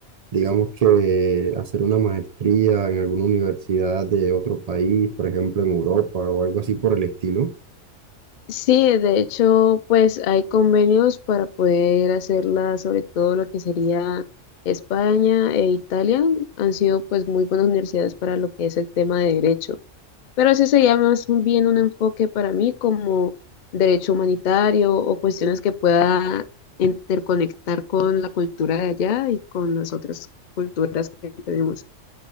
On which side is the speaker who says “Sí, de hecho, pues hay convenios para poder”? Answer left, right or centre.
Left